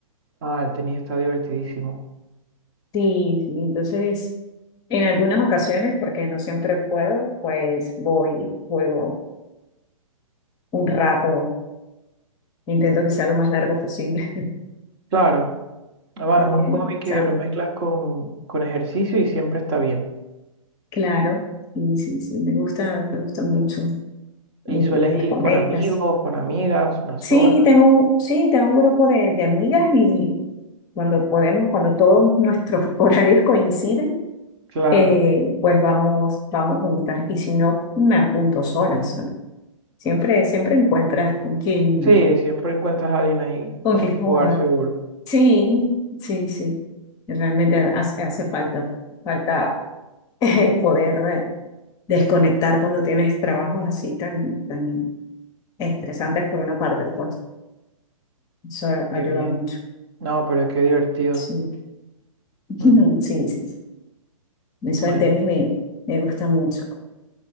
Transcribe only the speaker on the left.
Sí, sí, entonces, en algunas ocasiones, porque no siempre puedo, pues voy, juego un rato. Intento que sea lo más largo posible,
<laughs>
porque,
o
sea,
claro, y sí, sí, me gusta, me gusta mucho.
Y
desconectas.
Sí,
tengo, sí, tengo un grupo de, de amigas y cuando podemos, cuando todos nuestros <laughs> horarios coinciden,
eh, pues vamos, vamos juntas. Y si no, me apunto solas. ¿no? Siempre, siempre encuentras con quién,
con
quién
jugar.
Sí, sí, sí. Realmente hace, hace falta, falta <laughs> poder eh, desconectar cuando tienes trabajos así tan, tan estresantes por una parte, pues eso ayuda
mucho.
Sí, <laughs>
sí, sí. sí. Eso
del tenis me, me gusta mucho.